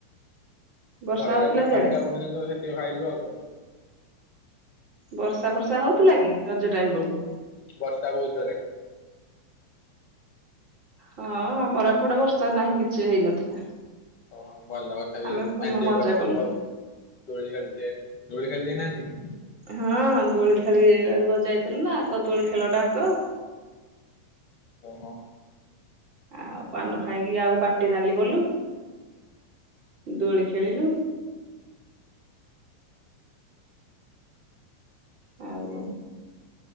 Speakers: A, on the right; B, on the left.
A: ବର୍ଷା
B: ଘରେ
A: ହଉଥିଲା
B: ଯାହା ପିଠା,
A: ସିଆଡେ
B: ପିଠା ବନେଇଥିଲ ତ ସେଠି ଖାଇଲୁ ଆଉ କଣ?
A: ବର୍ଷା, ଫର୍ଷା ହଉଥିଲା କି ରଜ ଟାଇମ
B: ହୁଁ
A: ବେଳକୁ?
B: ବର୍ଷା ବହୁତ ଜୋରେ।
A: ହଁ, ଆମର ଏପଟେ ବର୍ଷା ନାହିଁ କିଛି ହେଇନଥିଲା।
B: ଓହୋ ଭଲ କଥା ବି
A: ଆମେ ଭଲ
B: ଏଞୟ
A: ମଜା
B: କରିଥିବେ।
A: କଲୁ
B: ବହୁତ ଦୋଳି ଖେଳିଥିବେ। ଦୋଳି ଖେଳିଯାଇନାହାନ୍ତି?
A: ହଁ, ଦୋଳି ଖେଳି ଆ ଯାଇଥିଲୁ ନା। ଆଗ ଦୋଳି ଖେଳଟା ଆଗ।
B: ଓହୋଃ।
A: ଆଉ ପାନ ଖାଇକି ଆଉ ପାଟି ନାଲି କଲୁ। ଦୋଳି ଖେଳିଲୁ। ଆଉ